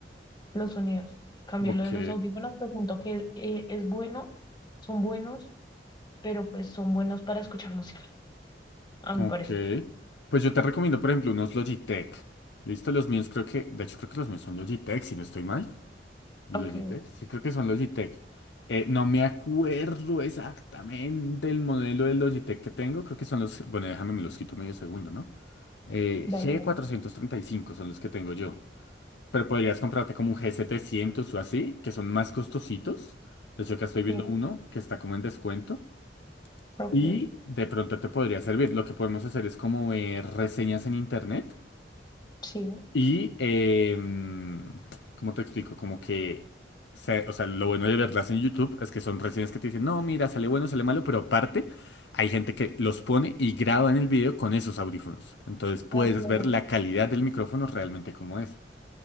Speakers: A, on the left (about 25°); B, on the left (about 80°).
A: los sonidos. Cambio
B: Ok.
A: lo de los audífonos, pues siento que eh, es bueno, son buenos, pero pues son buenos para escuchar música, a mi
B: Ok.
A: parecer.
B: Pues yo te recomiendo, por ejemplo, unos Logitech. ¿Listo? Los míos creo que, de hecho creo que los míos son Logitech, si no estoy mal. Logitech,
A: Ok,
B: sí creo que son Logitech. Eh, no me acuerdo exactamente el modelo de Logitech que tengo. Creo que son los, bueno, déjame, me los quito medio segundo, ¿no? Eh,
A: dale,
B: g
A: dale.
B: cuatrocientos treinta y cinco, son los que tengo yo. Pero podrías comprarte como un g setecientos o así, que son más costositos. De hecho, acá estoy viendo
A: Sí,
B: uno que está como en descuento.
A: ok,
B: Y de pronto te podría servir. Lo que podemos hacer es como ver reseñas en internet
A: sí,
B: y, em, ¿cómo te explico? Como que, se- o sea, lo bueno de verlas en YouTube es que son reseñas que te dicen, no, mira, sale bueno, sale malo, pero aparte hay gente que los pone y graba en el video con esos audífonos. Entonces puedes
A: ah, claro.
B: ver la calidad del micrófono realmente como es.